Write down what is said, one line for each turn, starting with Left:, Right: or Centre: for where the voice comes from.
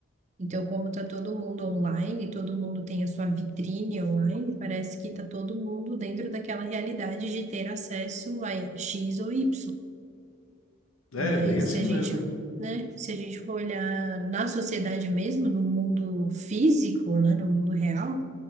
Right: Então, como está todo mundo online, todo mundo tem a sua vitrine online, parece que está todo mundo dentro daquela realidade de ter acesso a X ou Y.
Left: É,
Right: Mas
Left: bem assim
Right: se a gente,
Left: mesmo.
Right: né, se a gente for olhar na sociedade mesmo, no mundo físico, né, no mundo real,